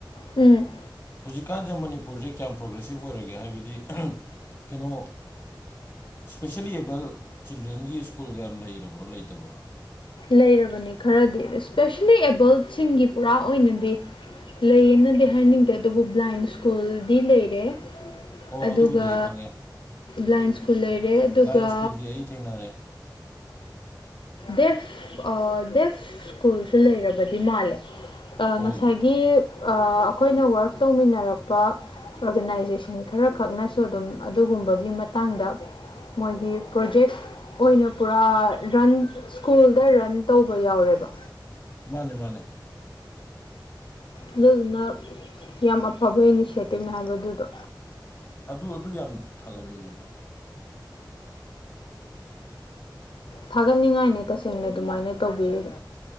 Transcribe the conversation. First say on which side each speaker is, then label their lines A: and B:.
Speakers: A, on the left; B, on the left.
A: ꯎꯝ
B: ꯍꯧꯖꯤꯛꯀꯥꯟꯗ ꯃꯅꯤꯄꯨꯔꯁꯦ ꯀꯌꯥꯝ ꯄ꯭ꯔꯣꯒ꯭ꯔꯦꯁꯤꯞ ꯑꯣꯏꯔꯒꯦ ꯍꯥꯏꯕꯗꯤ ꯀꯩꯅꯣ ꯁ꯭ꯄꯦꯁꯦꯜꯂꯤ ꯑꯦꯕꯜ ꯆꯤꯜꯗ꯭ꯔꯦꯟꯒꯤ ꯁ꯭ꯀꯨꯜꯒ ꯌꯥꯝ ꯂꯩꯔꯕ꯭ꯔꯣ ꯂꯩꯇꯕ꯭ꯔꯣ
A: ꯂꯩꯔꯕꯅꯤ ꯈꯔꯗꯤ ꯏꯁꯄꯦꯁꯦꯜꯂꯤ ꯑꯦꯕꯜꯠꯁꯤꯡꯒꯤ ꯄꯨꯔꯥ ꯑꯣꯏꯅꯗꯤ ꯂꯩꯌꯦꯅꯗꯤ ꯍꯥꯏꯅꯤꯡꯗꯦ ꯑꯗꯨꯕꯨ ꯕ꯭ꯂꯥꯏꯟ ꯁ꯭ꯀꯨꯜꯗꯤ ꯂꯩꯔꯦ
B: ꯑꯣ
A: ꯑꯗꯨꯒ
B: ꯑꯗꯨꯕꯨꯗꯤ ꯑꯩ ꯈꯪꯉꯦ
A: ꯕ꯭ꯂꯥꯏꯟ ꯁ꯭ꯀꯨꯜ ꯂꯩꯔꯦ ꯑꯗꯨꯒ
B: ꯕ꯭ꯂꯥꯏꯟ ꯁ꯭ꯀꯨꯜꯗꯤ ꯑꯩ ꯊꯦꯡꯅꯔꯦ
A: ꯗꯦꯐ ꯗꯦꯐ ꯁ꯭ꯀꯨꯜꯁꯨ ꯂꯩꯔꯕꯗꯤ ꯃꯥꯜꯂꯦ
B: ꯑꯧ
A: ꯉꯁꯥꯏꯒꯤ ꯑꯩꯈꯣꯏꯅ ꯔꯛ ꯇꯧꯃꯤꯟꯅꯔꯛꯄ ꯑꯣꯔꯒꯅꯥꯏꯖꯦꯁꯟ ꯈꯔꯈꯛꯅꯁꯨ ꯑꯗꯨꯝ ꯑꯗꯨꯒꯨꯝꯕꯒꯤ ꯃꯇꯥꯡꯗ ꯃꯣꯏꯒꯤ ꯄ꯭ꯔꯣꯖꯦꯛ ꯑꯣꯏꯅ ꯄꯨꯔꯥ ꯔꯟ ꯁ꯭ꯀꯨꯜꯗ ꯔꯟ ꯇꯧꯕ ꯌꯥꯎꯔꯦꯕ
B: ꯃꯥꯅꯦ ꯃꯥꯅꯦ
A: ꯑꯗꯨꯗꯨꯅ ꯌꯥꯝ ꯑꯐꯕ ꯏꯅꯤꯁꯦꯇꯤꯞꯅꯦ ꯍꯥꯏꯕ ꯑꯗꯨꯗꯣ
B: ꯑꯗꯨ ꯑꯗꯨ ꯌꯥꯝ ꯊꯥꯒꯠꯂꯛꯦ
A: ꯊꯥꯒꯠꯅꯤꯡꯉꯥꯏꯅꯦ ꯇꯁꯦꯡꯅ ꯑꯗꯨꯃꯥꯏꯅ ꯇꯧꯕꯤꯔꯤꯗꯣ꯫